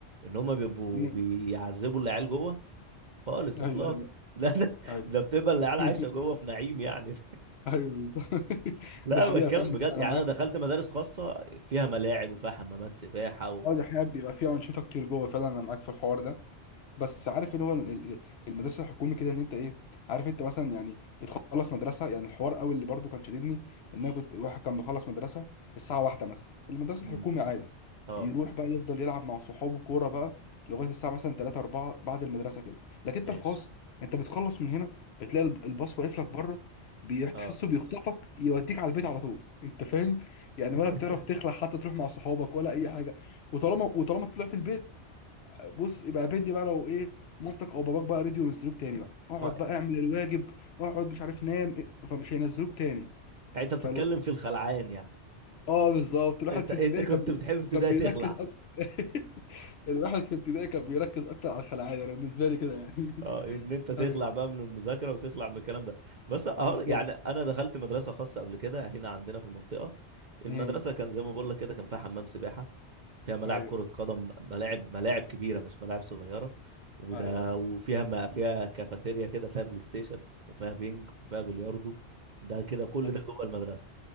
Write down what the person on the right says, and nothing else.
ان هم بيبقوا
بيعذبوا العيال جوه خالص
اطلاق
<laughs> لا ده,
ده بتبقى العيال
عايشه جوه في نعيم يعني
<laughs> لا
بتكلم
بجد
يعني
انا دخلت مدارس خاصه فيها ملاعب وفيها حمامات سباحه و...
مم.
اه
ماشي
اه
<laughs>
اه
يعني انت بتتكلم
في الخلعان يعني
انت
انت
كنت
بتحب في ابتدائي
تخلع
اه ان
انت تخلع
بقى من المذاكره وتخلع من الكلام ده بس اهو
يعني انا دخلت مدرسه خاصه قبل كده هنا عندنا في المنطقه المدرسه
كان زي ما بقول لك كده كان فيها حمام سباحه فيها ملاعب
كره قدم ملاعب ملاعب كبيره مش ملاعب صغيره وده
وفيها ما فيها كافيتيريا كده فيها بلاي ستيشن وفيها بينج وفيها بلياردو ده كده كل
ده جوه المدرسه